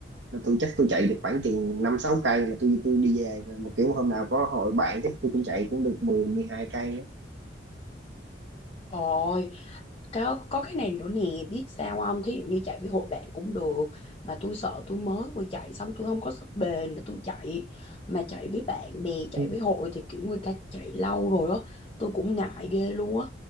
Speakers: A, on the right; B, on the left.
A: là tôi chắc tôi chạy được khoảng chừng năm sáu cây là tôi tôi đi về rồi mà kiểu hôm nào có hội bạn chắc tôi cũng chạy cũng được 10 hai cây
B: Ôi, Có, có cái này nữa nè biết sao không thí dụ như chạy với hội bạn cũng được mà tôi sợ tôi mới vừa chạy xong tôi không có sức bền để tôi chạy mà chạy với bạn bè chạy
A: á.
B: với hội thì kiểu người ta chạy lâu rồi á tôi cũng ngại ghê luôn á